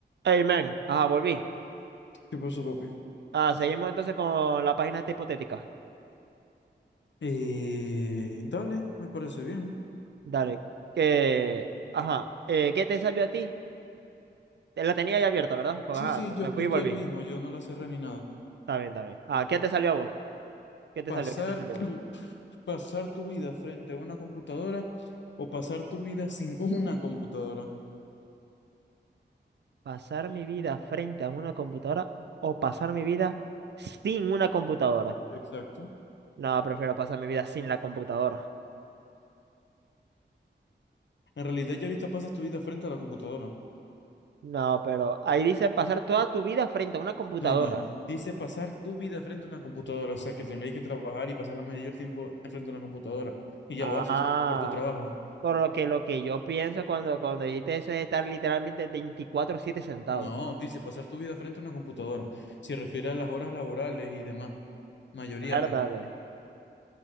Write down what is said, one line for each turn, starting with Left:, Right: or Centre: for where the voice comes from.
Right: Hey, man. Ajá, volví.
Left: ¿Qué pasó, papi?
Right: Ah, seguimos entonces con la página esta hipotética.
Left: Eh, dale, me parece bien.
Right: Dale. Que, ajá. eh, ¿qué te salió a ti? Te la tenía ya abierta, ¿verdad? Porque,
Left: Sí,
Right: ajá,
Left: sí,
Right: no-
Left: yo,
Right: me fui
Left: yo estoy
Right: y volví.
Left: aquí mismo, yo no la cerré ni nada.
Right: Está bien, está bien. Ah, ¿qué te salió a vos? ¿Qué te
Left: Pasar
Right: salió? ¿Qué te salió?
Left: tu, pasar tu vida frente a una computadora o pasar tu vida sin <laughs> una computadora.
Right: ¿Pasar mi vida frente a una computadora o pasar mi vida sin una computadora?
Left: Exacto.
Right: No, prefiero pasar mi vida sin la computadora.
Left: En realidad, ya ahorita pasas tu vida frente a la computadora.
Right: No, pero ahí dice pasar toda tu vida frente a una computadora.
Left: No, no, dice pasar tu vida frente a una computadora, o sea, que tengáis que trabajar y pasar la mayor tiempo enfrente a una computadora. Y ya
Right: Ah,
Left: lo haces por tu trabajo.
Right: Por lo que lo que yo pienso cuando, cuando dijiste eso es estar literalmente veinticuatro siete sentado.
Left: No, dice pasar tu vida frente a una computadora. Se refiere a las horas laborales y demás. Mayoría,
Right: Bártale,
Left: P.